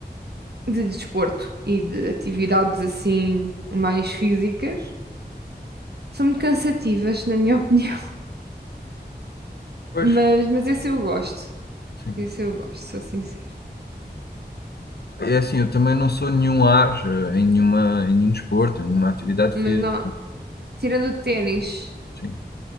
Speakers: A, on the right; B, on the left.
A: de desporto e de atividades assim mais físicas. São muito cansativas, na minha <laughs> opinião.
B: Pois,
A: Mas, mas esse eu gosto.
B: sim.
A: Esse eu gosto, sou sincera.
B: É assim, eu também não sou nenhum ágio em nenhuma, em nenhum desporto, em nenhuma atividade
A: Mas
B: física.
A: não, tirando o ténis,
B: Sim,